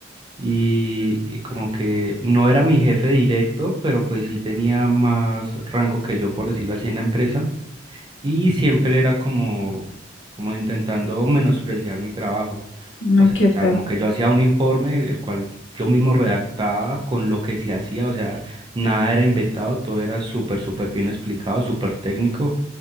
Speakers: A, on the right; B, on the left.
A: y, y como que no era mi jefe directo, pero pues sí tenía más rango que yo, por decirlo así, en la empresa y siempre era como, como intentando menospreciar mi trabajo.
B: no,
A: O
B: qué feo.
A: sea, como que yo hacía un informe, el cual yo mismo redactaba con lo que se hacía, o sea, nada era inventado, todo era súper, súper bien explicado, súper técnico.